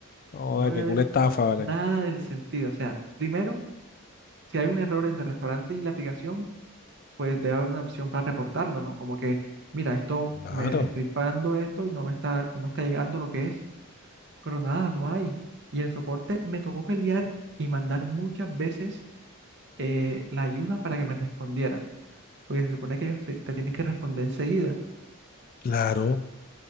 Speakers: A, on the left; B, on the right.
A: no,
B: no le
A: qué
B: veo
A: culo estafa, ¿vale?
B: nada del sentido. O sea, primero, si hay un error entre el restaurante y la aplicación, pues debe haber una opción para reportarlo, ¿no? Como que, mira, esto
A: Claro,
B: me estoy pagando esto y no me está, no me está llegando lo que es, pero nada, no hay. Y el soporte me tocó pelear y mandar muchas veces eh, la ayuda para que me respondieran, porque se supone que ellos te, te tienen que responder enseguida.
A: claro.